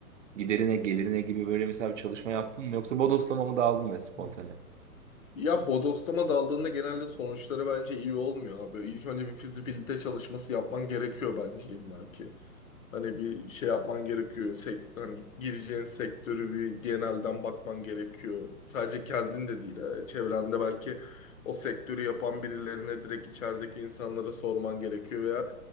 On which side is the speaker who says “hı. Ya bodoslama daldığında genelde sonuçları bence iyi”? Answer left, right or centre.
Left